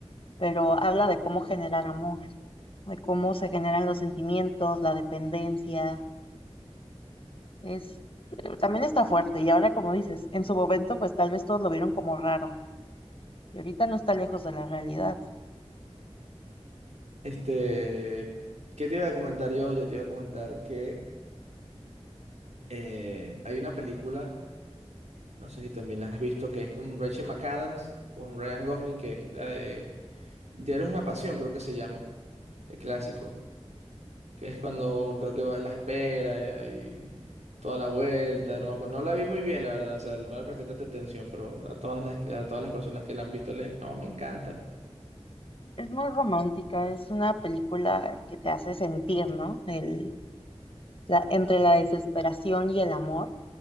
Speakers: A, on the left; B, on the right.
A: Pero habla de cómo generar amor, de cómo se generan los sentimientos, la dependencia. Es, eh, también está fuerte. Y ahora, como dices, en su momento, pues tal vez todos lo vieron como raro. Y ahorita no está lejos de la realidad.
B: Este, ¿qué te iba a comentar yo? Yo te iba a comentar que eh, hay una película, no sé si también la has visto, que es con Rachel McAdams, con Ryan Gosling, que es la de Diario es una pasión, creo que se llama, el clásico. que es cuando creo que va la espera eh, y toda la vuelta, no me acuerdo. No la vi muy bien, la verdad, o sea, no le presté tanta atención, pero a todas las, a todas las personas que la han visto, le, no, me encanta.
A: Es muy romántica, es una película que te hace sentir, ¿no? El, la, entre la desesperación y el amor